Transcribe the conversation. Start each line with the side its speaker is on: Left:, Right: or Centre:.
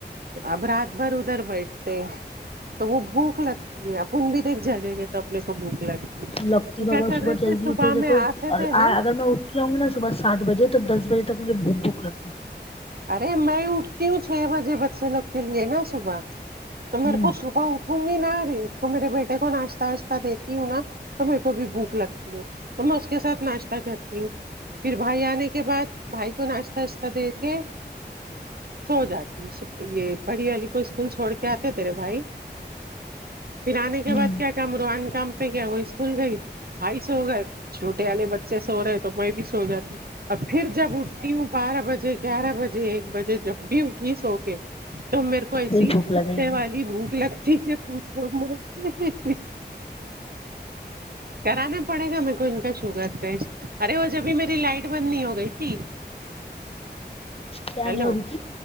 Right: اب رات بھر ادھر بیٹھتے تو وہ بھوک لگتی ہےاپون بھی دیکھ جاگیں گے تو اپنے کو بھوک لگتی ہے
Left: لکتی
Right: تو
Left: مگر
Right: کیا کر
Left: صبح
Right: رہے
Left: جلدی
Right: تھے صبح
Left: اٹھو دیکو
Right: میں آتے تھے نا
Left: اگر میں اوٹھ کیوں نا صبح سات بجے تک تو دس بجے تک مجھے بہت بھوک لگتی ہے
Right: ارے میں اٹھتی ہوں چھ بجے بچے لوگ کے لیے نا صبح تو میرے
Left: ہوں
Right: کو صبح اٹھ ہوں گی نہ ری تو میرے بیٹے کو ناشتہ واشتہ دیتی ہوں نا تو میرے کو بھی بھوک لگتی ہے تو میں اس کے ساتھ ناشتہ کرتی ہوں پھر بھائی آنے کے بعد بھائی کو ناشتہ واشت دے کے سو جاتی ہون بڑی والی کو اسکول چھوڑ کے آتے تیرے بھائی پھر آنے کے
Left: ہوں
Right: بعد کیا کام روحان کام تو کیا وہ اسکول گئی ائی سو گئے چھوٹے والے بچے سو رہے تو میں بھی سو جاتی اب پھر جب اٹھتی ہوں بارہ بجے گیارہ بجے ایک بجے جب بھی اٹھی سو کے تو میرے کو ایسی
Left: پھر بھوک
Right: کتے
Left: لگے گی
Right: والی بھوک لگتی جب پوچھو مم ہی ہی کرانا پڑے گا میر کو ان کا شوگر ٹیسٹ ارے وہ جبھی میری لائٹ بند نی ہو گئی تھی
Left: کیا
Right: ہیلو
Left: نہیں ہو رہی تھی